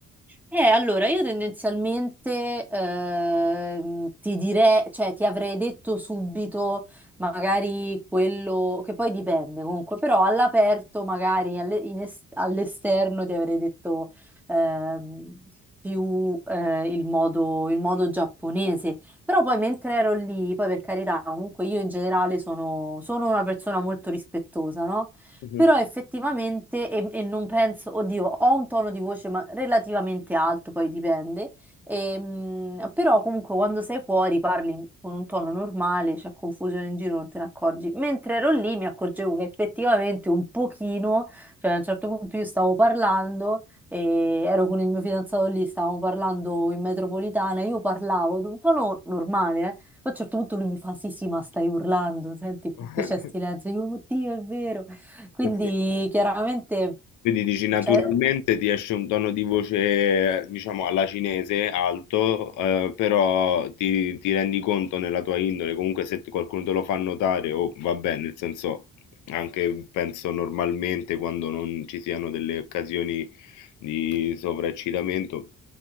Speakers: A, in the centre; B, on the left.
A: Eh, allora, io tendenzialmente ehm, ti direi, cioè ti avrei detto subito magari quello che poi dipende comunque, però all'aperto magari alle- in est- all'esterno ti avrei detto ehm, più eh, il modo, il modo giapponese, però poi mentre ero lì, poi per carità, comunque io in generale sono, sono una persona molto rispettosa, no?
B: Mhm.
A: però effettivamente, e, e non penso, oddio, ho un tono di voce ma relativamente alto, poi dipende, ehm, però comunque quando sei fuori parli con un tono normale, c'è confusione in giro, non te ne accorgi. Mentre ero lì mi accorgevo che effettivamente un pochino, cioè a un certo punto io stavo parlando e ero con il mio fidanzato lì, stavamo parlando in metropolitana, io parlavo di un tono normale, eh. Poi a un certo punto lui mi fa: Sì, sì, ma stai urlando, senti che
B: Ah.
A: qui c'è silenzio. Io, oddio, è vero. Quindi
B: <laughs>
A: chiaramente,
B: Quindi dici naturalmente
A: cioè,
B: ti esce un tono di voce, diciamo, alla cinese alto, eh, però ti, ti rendi conto nella tua indole, comunque se ti- qualcuno te lo fa notare, o va bene, nel senso, anche penso normalmente quando non ci siano delle occasioni di sovraeccitamento,